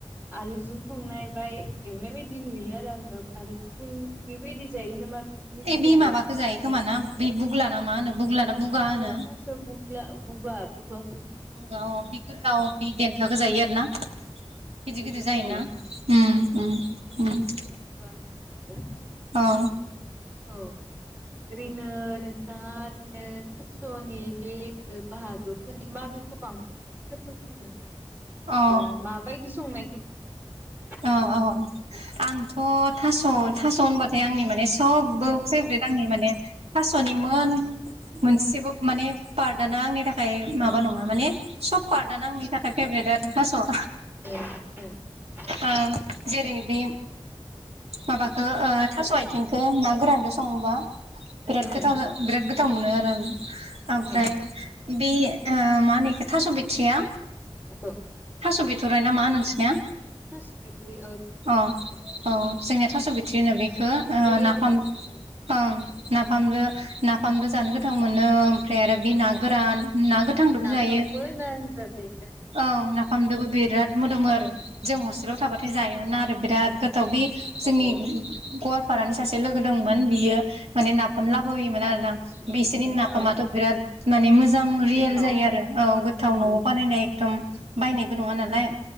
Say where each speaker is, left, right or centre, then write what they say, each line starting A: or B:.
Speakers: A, on the right; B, on the right.
A: आलुजों संनाय बाय एवनाय बायदि नुयो आरो आङो। आरो गुबुन बेबायदि जायो नामा? बेखौ मिथिया
B: नै बे
A: आरो
B: माबाखौ जायो खोमा ना बे बुग्ला ना मा होनो बुग्ला ना बुगा होनो
A: अ थास'बुग्ला बुगा बुगा
B: बुगा अ-बे गोलाव बे देन्थाखौ जायो आरो ना?
A: उम
B: गिदिर
A: बेखौ
B: गिदिर जायोना
A: जायो उम
B: ओम
A: उम उम
B: ओम ओम।
A: थास' बुगा होनना बुङो
B: औ
A: औ ओरैनो नोंथाङा ओरैनो थास'नि बे ओ-बाहागोफोरनि माबे? खौ बांसिन गोथावसिन मोनो
B: औ
A: ओ-माबायदि संनायखौ मोनो?
B: औ औ आंथ‌ थास'-थास' होनबाथाय आंनि माने। सबबो फेभरेट आंनि माने थास'निमोन मोनसेबो माने पार्टदानो। आंनि थाखाय माबा नङा माने सब पर्टदानो आंनि थाखाय फेभरेट आरो थास'आ।
A: <unintelligible>
B: ओ- जेरै बे माबाखौ ओ-थास' आय इथिंखो ना गोरानजों सङोबा बिराद
A: उम
B: गोथाव जा-बिराद गोथाव मोनो आरो आं। ओमफ्राय
A: उम
B: बे ओ-मा होनो एखौ थास बिथिया
A: औ
B: थास बिथ थराय नामा नोंसिनिया
A: थास' बिथ्रि औ थास' बिथ्रिखौ
B: अ औ जोंनिया थास'बि थिनो बेखौ ओ-नाफाम
A: जोंनियाबो थास' ओं
B: ओं। नाफामजो नाफामबो जानो गोथां मोनो ओमफ्राय आरो बे ना गोरान। ना गोथांजोंबो
A: अ नाफामबो
B: जायो
A: होनना होनजाजायोना थास'
B: औ नाफामजोंबो बिराद मोदोमो आरो। जों हस्टेलाव
A: बिथ'राइयावबो
B: थाबाथाय जायोमोना आरो बिराद गोथाव बे जोंनि
A: औ अ
B: गवा लफारानि सासे लोगो दंमोन। बियो माने नाफाम लाबोयोमोन आरोना
A: अ
B: बिसोरनि नाफामाथ
A: अ
B: बिराद माने मोज जां रियेल
A: गोथाव
B: जायो आरो औ गोथाव
A: उम
B: नआव बानायनाय एखदम बायनायबो नङा नालाय।